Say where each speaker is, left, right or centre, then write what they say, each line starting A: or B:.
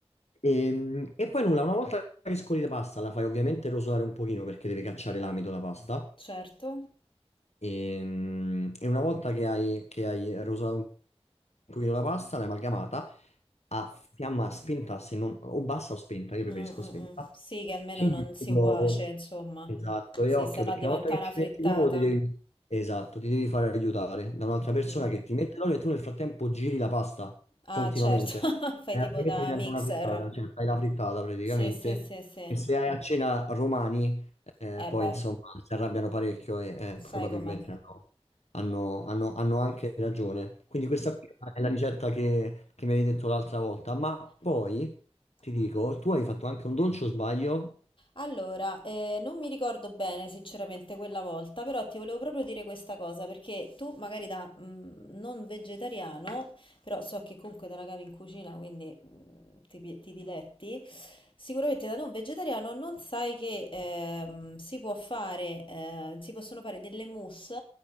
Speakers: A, on the left; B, on the left.
A: Ehm, E, poi nulla, una volta che scoli la pasta, la fai ovviamente rosolare un pochino perché deve cacciare l'amido la pasta.
B: Certo,
A: E, mm, e una volta che hai, che hai rosato un pochino la pasta, l'hai amalgamata a fiamma spenta, se non, o bassa o spenta, io preferisco
B: Mm, mm,
A: spenta.
B: mm. Sì, che almeno
A: Ci
B: non
A: metti
B: si
A: l'uovo.
B: cuoce, insomma,
A: Esatto,
B: sì,
A: e occhio
B: se no
A: perché
B: diventa
A: una volta che
B: una
A: ci
B: frittata.
A: metti l'uovo ti devi... Esatto, ti devi fare aiutare da un'altra persona
B: Mm.
A: che ti mette l'olio e tu nel frattempo giri la pasta
B: Ah,
A: continuamente.
B: certo, <laughs> fai
A: E
B: tipo
A: altrimenti
B: da
A: diventa
B: mixer.
A: una frittata, cioè fai la frittata praticamente.
B: Sì, sì, sì, sì.
A: E se hai a cena romani... Eh,
B: Eh
A: poi
B: beh,
A: insomma si arrabbiano parecchio e eh, probabilmente
B: sai com'è.
A: hanno, hanno- hanno- hanno anche ragione. Quindi questa qui è la ricetta che, che mi avevi detto l'altra volta, ma
B: <laughs>
A: poi ti dico, tu hai fatto anche un dolce o sbaglio?
B: Allora, eh, non mi ricordo bene sinceramente quella volta, però ti volevo proprio dire questa cosa, perché tu magari da mm, non vegetariano, però so che comunque te la cavi in cucina, quindi mm, ti, pi- ti diletti, sicuramente da non vegetariano non sai che ehm, si può fare, eh, si possono fare delle mousse